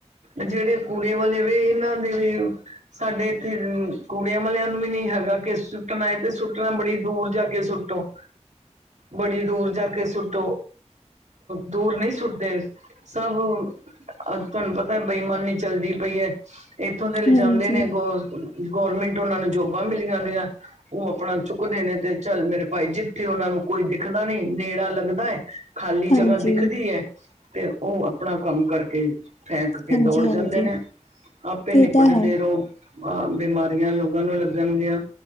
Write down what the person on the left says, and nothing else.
ਹ <unintelligible>
ਹਾਂਜੀ
ਹਾਂਜੀ
ਹਾਂਜੀ
ਹਾਂਜੀ
ਇਹ ਤਾਂ ਹੈ